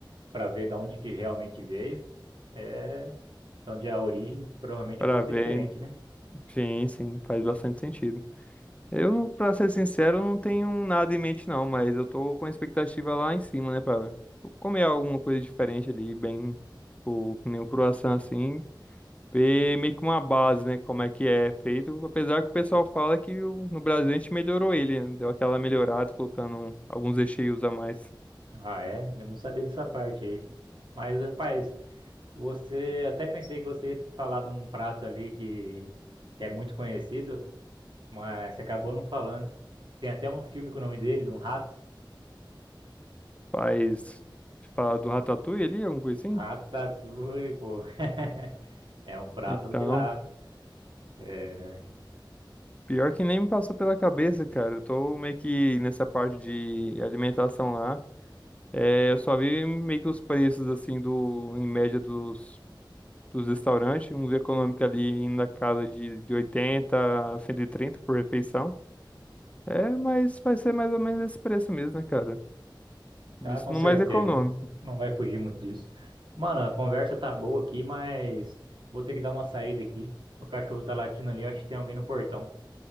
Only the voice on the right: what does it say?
para ver da onde que realmente veio, é de onde é a origem, provavelmente
o gosto
é diferente, né?
Ah, é? Eu não sabia dessa parte aí. Mas, rapaz, você até pensei que você ia falar de um prato ali que, que é muito conhecido, mas você acabou não falando. Tem até um filme com o nome dele, de um rato.
Ratatouille,
pô. <laughs> É um prato
de lá. É...
Ah,
com
certeza.
né? Não vai fugir muito disso. Mano, a conversa tá boa aqui, mas vou ter que dar uma saída aqui. O cachorro tá latindo ali, acho que tem alguém no portão.